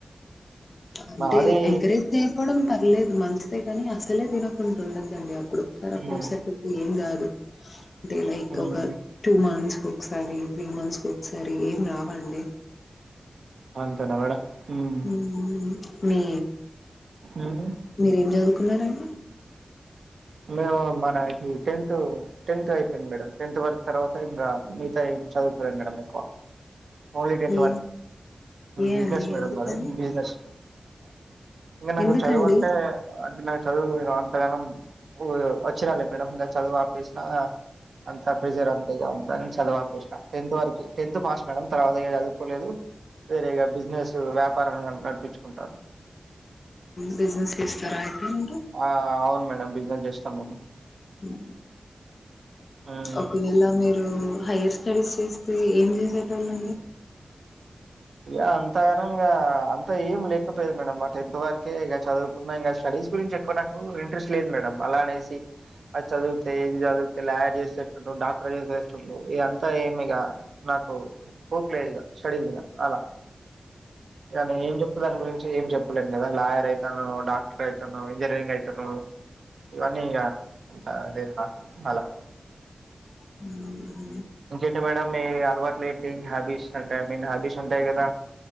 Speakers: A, on the left; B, on the right.
A: అంటే
B: అది
A: ఎంకరేజ్ చేయపోవడం పర్లేదు మంచిదే కాని అసలే తిన కుంటుండదండి అప్పుడు ఒకసారి
B: ఉమ్,
A: అప్పుడు ఒకసారి చెబితే ఏం కాదు అంటే లైక్
B: ఉమ్,
A: ఒక టూ మంత్స్ కు ఒకసారి త్రీ మంత్స్కి ఒక్క సారి ఏం కాదండి
B: అంతేనా మేడం ఉమ్,
A: హామ్ మీ
B: ఉమ్.
A: మీరేం చదువుకున్నారండి య
B: మేము మన ఇది టెన్త్ టెన్త్ అయిపోయింది మేడం టెన్త్ వరకు తర్వాత ఇంకా మిగతా చదువుకో మేడం మీకు ఓన్లీ టెన్త్
A: ఏ
B: వర్క్
A: ఏ
B: బిజినెస్
A: అండి
B: మేడమ్
A: ఎందుకని
B: నాది బిజినెస్ ఇంకా నాకు
A: ఎందుకండి
B: చదువు అంటే నాకు చదువు అంతగానం అ చ్చిరాలి మేడం ఇంకా చదువు ఆపేసిన అంతా ప్రిజర్వ్ అంతే అంతాని చదవాపేసిన టెన్త్ వరకు టెన్త్ పాస్ మేడమ్ తర్వాత చదువుకోలేదు వేరేగా బిజినెస్ వ్యాపార నడిపించుకుంటారు
A: బిజినెస్ చేస్తారా అయితే మీరు
B: ఆ అవును మేడంమ్ బిజినెస్ చేస్తాం మేము
A: ఉ
B: హ్మ్.
A: ఒకవేళ మీరు హయర్ స్టడీస్ చేస్తే ఏం చేసేటోళ్ళండి
B: ఇక అంతగానం ఇ అంత ఏం లేకపోయది మేడం ఆ టెన్త్ వరకే ఇక చదువుకున్నా ఇంకా స్టడీస్ గురించి ఎక్కువ నాకు ఇంట్రెస్ట్ లేదు మేడం అలా అనేసి అది చదివితే ఇది చదివితే లాయర్ చేసే చుండు డాక్టర్ చేసేసిండు ఇదంతా ఏమి లే నాకు హోప్ లేదు ఇంగ స్టడీ మీద అలా నేను ఏం చెప్పినా నువ్వు ఏం చేయవు చెప్పలేను కదా లాయర్ అవుతాను డాక్టర్ అవుతాను ఇంజనీరింగ్ అవుతాను ఇవన్నీ ఇంకా అంత లేదు నాకు అలా
A: హుహుమ్
B: అంటే మేడం మీఅలవాటు లేదిగా హ్యాబీస్ అంటే ఐ మీన్ హ్యాబీస్ ఉంటాయి కదా